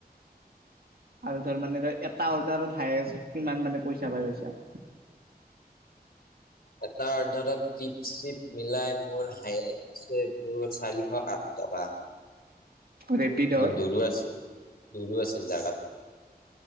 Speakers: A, on the right; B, on the left.
A: আৰু ধৰ মানে তই এটা অৰ্ডাৰত হায়েষ্ট কিমান মানে পইচা পাই পাইছা?
B: এটা অৰ্ধাৰত টিপ-চিপ মিলাই মোৰ হায়েষ্ট আছে তোৰ চাৰিশ আঠ টকা।
A: ৰেপিডত
B: <unintelligible> দূৰো আছিল দূৰো আছিল জাগাটো।